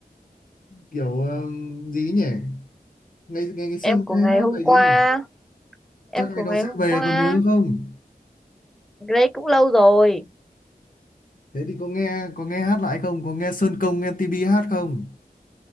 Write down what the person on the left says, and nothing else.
kiểu ờ, gì ấy nhỉ ngày ngày ngày xưa
mày
hay
hát
bài
gì nhỉ
chắc
ai đó
sẽ
về
còn nhớ không
thế thì có nghe có nghe hát lại không có nghe Sơn Công em MTP hát không